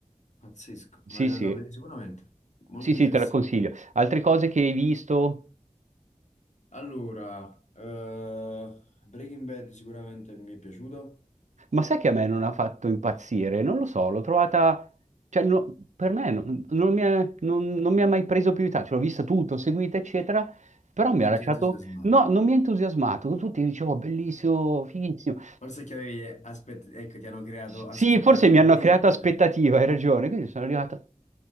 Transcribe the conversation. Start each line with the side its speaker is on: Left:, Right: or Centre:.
Left: Pazzesco,
Right: Sì,
Left: me la devo
Right: sì,
Left: andare a vedere sicuramente. Molto
Right: sì, sì,
Left: interessante.
Right: te la consiglio. Altre cose che hai visto?
Left: Allora, eh, Breaking Bad sicuramente mi è piaciuta.
Right: Ma sai che a me non ha fatto impazzire? Non lo so, l'ho trovata, cioè no- per me non, non mi ha, non- non mi ha mai preso più di tanto, cioè, l'ho vista tutto, seguita, eccetera, però mi
Left: Non
Right: ha lasciato,
Left: ti ho entusiasmato.
Right: no, non mi ha entusiasmato, tutti dicevo bellissimo, fighissimo.
Left: Forse è che avevi aspett- ecco, ti hanno creato aspettative
Right: Sì, forse mi
Left: altissime.
Right: hanno creato aspettativa, hai ragione, quindi sono arrivata,